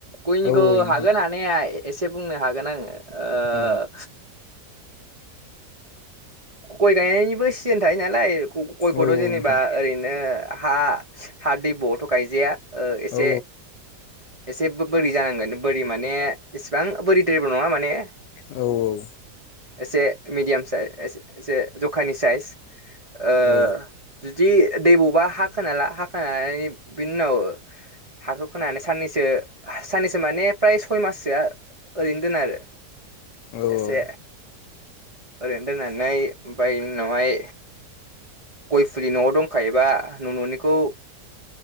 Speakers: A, on the right; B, on the left.
A: गयनिखौ
B: औ नोंथां
A: हागोन हानाया एसे बुंनो हागोन आङो आओ
B: औ
A: गय गायनायनिबो सिजोन थायो नालाय गयखौथ'
B: औ
A: जेनेबा
B: नोंथां
A: ओरैनो हा हा दै ब'आवथ' गायजाया एसे
B: औ नोंथां औ
A: एसे बोरि जानांगोन बोरि माने इसेबां बोरि बो नङा माने
B: औ
A: एसे मिडियाम साइ एसे जखानि साइज ओ
B: औ
A: जुदि दैबावबा हा खोनाला हाखोना लाना बिनि उनाव हाखौ खोनानै साननैसो साननैसो माने फ्राय सय माससोआ ओरैनो दोनो आरो
B: औ
A: एसे ओरै सोनारनाय बाय इनि उनावहाय गइ फुलि नवाव दंखायोबा न'निखौ